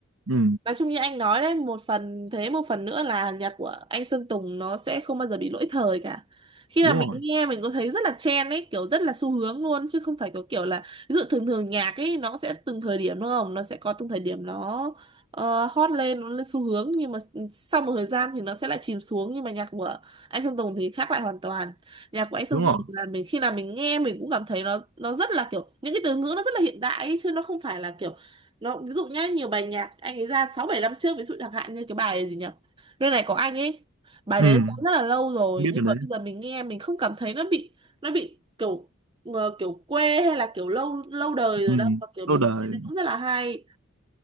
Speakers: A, on the right (about 75°); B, on the right (about 25°).
A: ừ
B: Nói chung như anh nói đấy, một phần thế, một phần nữa là nhạc của anh Sơn Tùng nó sẽ không bao giờ bị lỗi thời cả. Khi
A: đúng
B: là mình
A: rồi
B: nghe mình có thấy rất là trend ấy, kiểu rất là xu hướng luôn chứ không phải có kiểu là ví dụ thường thường nhạc ấy nó sẽ từng thời điểm đúng không? Nó sẽ có từng thời điểm nó ờ, hot lên, nó lên xu hướng nhưng mà sau một thời gian thì nó sẽ lại chìm xuống nhưng mà nhạc của anh Sơn Tùng thì khác lại hoàn toàn nhạc của anh Sơn
A: Đúng rồi,
B: Tùng là mình khi nào mình nghe mình cũng cảm thấy nó nó rất là kiểu những cái từ ngữ nó rất là hiện đại ấy, chứ nó không phải là kiểu nó ví dụ nhá nhiều bài nhạc anh ấy ra sáu bảy năm trước ví dụ chẳng hạn như cái bài gì nhỉ nơi này có anh ấy bài
A: ừ
B: đấy nó rất là lâu rồi
A: biết
B: nhưng
A: điều
B: mà
A: đấy.
B: bây giờ mình nghe mình không cảm thấy nó bị nó bị kiểu ờ, kiểu quê hay là kiểu lâu lâu đời rồi
A: ừ
B: đâu mà kiểu mình
A: lâu đời
B: nghe nó cũng rất là hay